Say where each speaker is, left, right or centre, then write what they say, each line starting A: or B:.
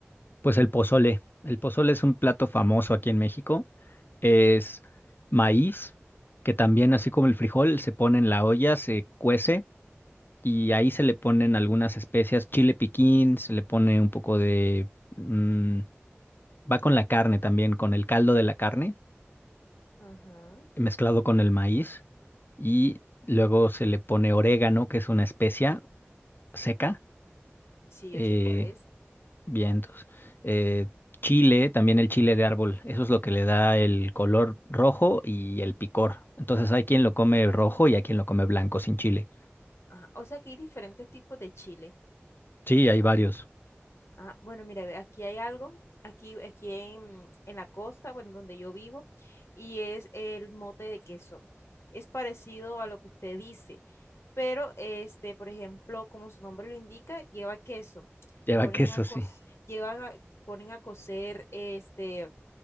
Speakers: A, on the left; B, on the left.
A: Pues el pozole. El pozole es un plato famoso aquí en México. Es maíz, que también, así como el frijol, se pone en la olla, se cuece y ahí se le ponen algunas especias, chile piquín, se le pone un poco de... mm, va con la carne también, con el caldo de la carne,
B: Ajá.
A: mezclado con el maíz y luego se le pone orégano, que es una especia seca
B: Sí,
A: Eh,
B: yo sé cuál es.
A: vientos. Eh, chile, también el chile de árbol, eso es lo que le da el color rojo y el picor. Entonces hay quien lo come rojo y hay quien lo come blanco sin chile.
B: Ajá, O sea que hay diferentes tipos de chile.
A: Sí, hay varios.
B: Ah, bueno, mira, ve, aquí hay algo, aquí, aquí en, en la costa, bueno, donde yo vivo, y es el mote de queso. Es parecido a lo que usted dice, pero este, por ejemplo, como su nombre lo indica, lleva queso.
A: Lleva
B: Ponen
A: <laughs> queso,
B: a co-
A: sí.
B: llevan a- ponen a cocer este